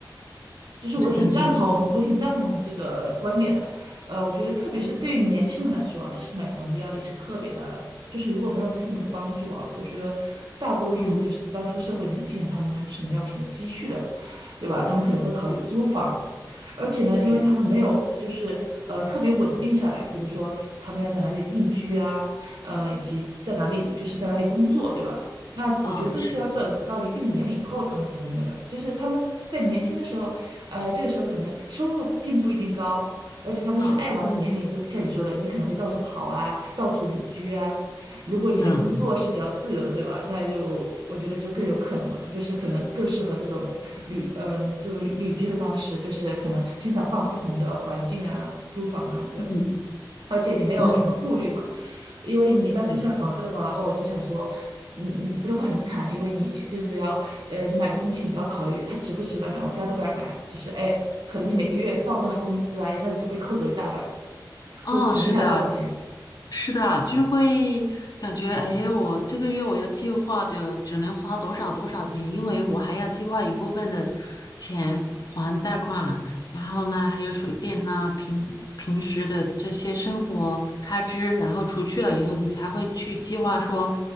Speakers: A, on the right; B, on the left.
A: 就是我挺赞同，
B: 就感觉，
A: 我挺赞同你这个观点的。呃，我觉得特别是对于年轻人来说啊，
B: 嗯
A: 其实买房的压力是特别大的。就是如果没有父母的帮助啊，我觉得大多数就是刚出社会的年轻人，
B: 嗯，
A: 他们是没有什么积蓄的，对吧？他们可能会考虑租房，而且呢，因为他们没有就是呃特别稳定下来，
B: 对，
A: 比如说他们要在哪里定居啊，呃，以及在哪里就是在哪里工作，对吧？那我觉得这个是要等到一定的年龄以后，
B: 哦是，
A: 他们才会那个，就是他们在年轻的时候，呃，这个时候可能收入并不一定高，而且他们又是爱玩的年龄，
B: 啊
A: 就像你说的，你可能会到处跑啊，到处旅居啊。如果你的工作是比较自由的，
B: 嗯
A: 对吧？那就我觉得就更有可能了，就是可能更适合这种旅，嗯、这种旅旅居的方式，就是可能经常换不同的环境啊，租房啊这样子。
B: 嗯
A: 而且你没有什么顾虑嘛，
B: 嗯，
A: 因为你一旦租下房子的话，
B: 对，
A: 哦，就想说，你你真的会很惨，因为你就是要，呃，你买个东西你都要考虑它值不值得买，我该不该买，就是哎，可能你每个月到账的工资啊，一下子就被扣走一大半，
B: 哦是的，
A: 都存不下多少钱。
B: 是的，就是会感觉，哎，我这个月我要计划着只能花多少多少钱，因为我还要计划一部分的钱还贷款，然后呢，还有水电呐，平平时的这些生活开支，然后除去了以后，你才会去计划说，